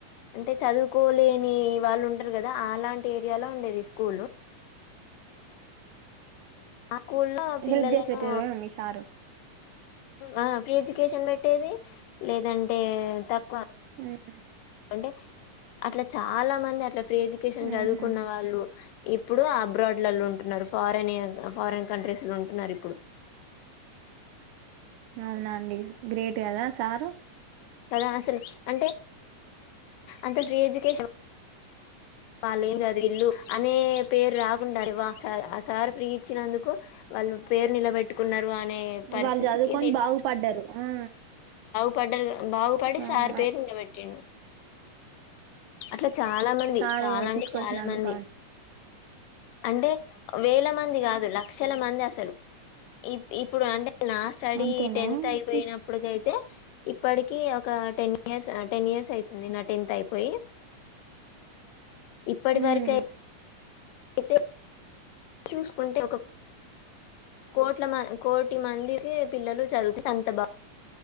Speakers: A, on the left (about 85°); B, on the right (about 75°).
A: అంటే చదువుకో లేని వాళ్ళు ఉంటారు కదా అలాంటి ఏరియాలో ఉండేది స్కూల్ ఆ స్కూల్లో పిల్లలను
B: హెల్ప్ చేసేటోర మీ సారు
A: ఆ ఫ్రీ ఎడ్యుకేషన్ పెట్టేది లేదంటే తక్కువ
B: ఉ హ్మ్
A: అంటే అట్లా చాలా మంది అట్లా ఫ్రీ ఎడ్యుకేషన్
B: ఉహు
A: చదువుకున్న వాళ్ళు ఇప్పుడు అబ్రాడ్లలో ఉంటున్నారు ఫారన్ ఫారన్ కంట్రీస్ లో ఉంటున్నారు ఇప్పుడు
B: అవునా అండి గ్రేట్ కదా సారు
A: కదా అసలు అంటే అంత ఫ్రీ ఎడ్యుకేషన్ వాళ్ళు ఏం చదివిలు అనీ పేరు రాకుంటారు ఆ సార్ ఫ్రీ ఇచ్చినందుకు వాళ్ళు పేరు నిలబెట్టుకున్నారు అనే పరిస్థితికి
B: వాళ్ళు చదువుకొని బాగు పడ్డారు ఆ
A: పడరుగా బాగుపడి
B: అవును
A: సార్
B: అ
A: పేరు నిలబెట్టటిండు అట్లా చాలా మంది
B: వారు
A: చాలా
B: తీసుకొచ్చిన
A: అంటే చాలా
B: అందుకుని
A: మంది అంటే వేల మంది కాదు లక్షల మంది అసలు. ఇ ఇప్పుడు అంటే నా స్టడీ
B: అంతేనా
A: టెన్త్ అయిపోయినప్పుటికైతే
B: ఉమ్
A: ఇప్పటికి ఒక టెన్ ఇయర్స్ టెన్ ఇయర్స్ అవుతుంది న టెన్త్ అయిపోయి ఇప్పటి
B: ఉమ్
A: వరకె ఐతే చూసుకుంటే ఒక కోట్ల కోటి మందికి పిల్లలు చదువుకు అంత బాగా